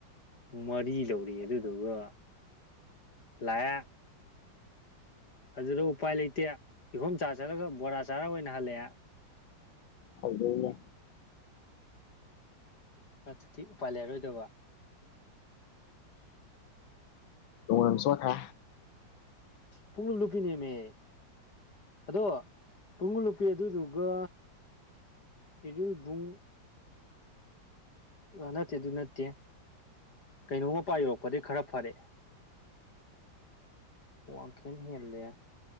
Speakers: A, on the left; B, on the left.
A: ꯃꯔꯤ ꯂꯧꯔꯤ ꯑꯗꯨꯗꯨꯒ ꯂꯥꯛ ꯑꯗꯨꯗ ꯎꯄꯥꯏ ꯂꯩꯇꯦ ꯏꯈꯣꯝ ꯆꯥ ꯆꯠꯂꯒ ꯕꯣꯔꯥ ꯆꯥꯔ ꯑꯣꯏꯅ ꯍꯜꯂꯛꯑꯦ
B: ꯐꯗꯅꯦ
A: ꯑꯠ ꯊꯤ ꯎ ꯄꯄꯥꯜ ꯂꯩꯔꯣꯏꯗꯕ
B: ꯇꯣꯡꯥꯡꯁꯣ ꯊꯥ
A: ꯄꯣꯛꯂ ꯅꯨꯄꯤꯅꯦꯦꯝꯃꯦ ꯑꯗꯣ ꯄꯨꯡ ꯂꯨꯄꯤ ꯑꯗꯨꯗꯨꯒ ꯏꯕꯨꯡ ꯅꯠꯇꯦ ꯑꯗꯨ ꯅꯠꯇꯦ ꯀꯩꯅꯣꯝ ꯃꯄꯥ ꯌꯧꯔꯛꯄꯗꯒꯤꯩ ꯈꯔ ꯐꯔꯛꯦꯑꯦ ꯋꯥꯡꯈꯦꯝ ꯍꯦꯜꯂꯦ